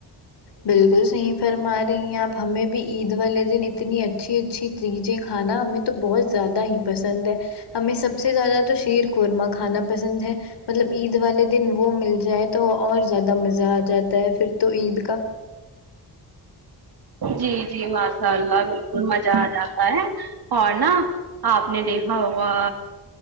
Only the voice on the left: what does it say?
بالکل صحیح فرما رہی ہیں آپ ہمیں بھی عید والے دن اتنی اچھی اچھی چیزیں کھانا ہمیں تو بہت زیادہ ہی پسند ہے ہمیں سب سے زیادہ تو شیر قورمہ کھانا پسند ہے مطلب عید والے دن وہ مل جائے تو اور زیادہ مزہ آ جاتا ہے پھر تو عید کا